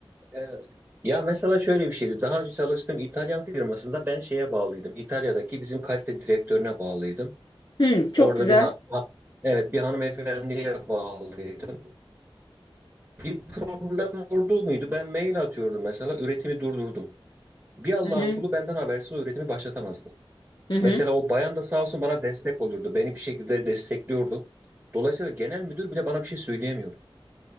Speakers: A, on the right (about 25°); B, on the left (about 50°).
A: Evet. Ya mesela şöyle bir şeydi. Daha önce çalıştığım İtalyan firmasında ben şeye bağlıydım. İtalya'daki bizim kalite direktörüne bağlıydım.
B: Hı, çok
A: Orada
B: güzel.
A: bir ha, ha- evet bir hanımefendiye bağlıydım. Bir problem oldu muydu? Ben mail atıyordum mesela üretimi durdurdum. Bir Allah'ın
B: Hı hı,
A: kulu benden habersiz o üretimi başlatamazdı.
B: hı hı.
A: Mesela o bayan da sağ olsun bana destek olurdu. Beni bir şekilde destekliyordu. Dolayısıyla genel müdür bile bana bir şey söyleyemiyordu.